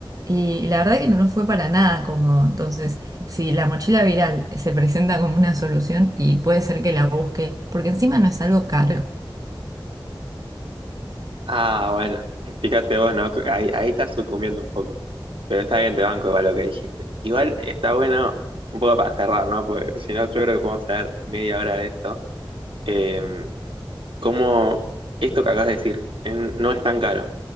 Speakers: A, on the right (about 40°); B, on the right (about 80°).
A: y la verdad que no nos fue para nada cómodo. Entonces, si la mochila viral se presenta como una solución y puede ser que la busque, porque encima no es algo caro.
B: Ah, bueno, fíjate vos, ¿no? Ahí, ahí estás sucumbiendo un poco. Pero está bien, te banco igual lo que dijiste. Igual está bueno, un poco para cerrar, ¿no? Porque si no, yo creo que podemos hacer media hora de esto. Eh, cómo esto que acabas de decir, eh, no es tan caro.